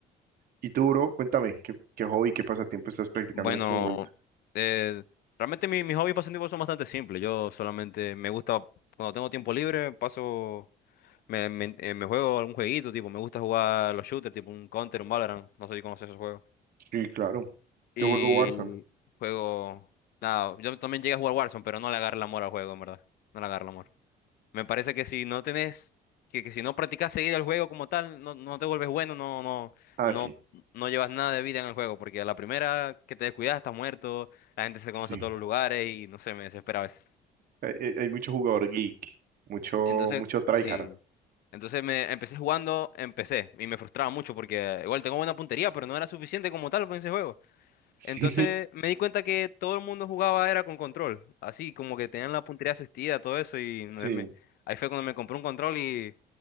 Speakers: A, on the right; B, on the left.
A: Y tú, bro, cuéntame, ¿qué, qué hobby, qué pasatiempo estás practicando
B: Bueno,
A: en este momento?
B: eh, realmente mi- mis hobbies pasatiempos son bastante simples. Yo solamente me gusta, cuando tengo tiempo libre, paso... Me, me, eh, me juego algún jueguito, tipo, me gusta jugar los shooters, tipo un Counter, un Valorant, no sé si conoces esos juegos.
A: Sí, claro.
B: Y
A: Yo juego Warzone.
B: juego... Nada, yo también llegué a jugar Warzone, pero no le agarro el amor al juego, en verdad. No le agarro el amor. Me parece que si no tenés... Que, que si no practicas seguido el juego como tal, no, no te vuelves bueno, no, no,
A: Ah,
B: no,
A: sí,
B: no llevas nada de vida en el juego, porque a la primera que te descuidas estás muerto, la gente se conoce
A: sí.
B: a todos los lugares y no sé, me desespera a veces.
A: Hay, hay- hay mucho jugador geek, mucho,
B: Entonces,
A: mucho tryhard.
B: sí. Entonces me empecé jugando, empecé y me frustraba mucho porque igual tengo buena puntería, pero no era suficiente como tal para ese juego.
A: <laughs>
B: Entonces
A: Sí,
B: me di cuenta que todo el mundo jugaba era con control, así como que tenían la puntería asistida, todo eso y me-
A: sí,
B: me- ahí fue cuando me compré un control y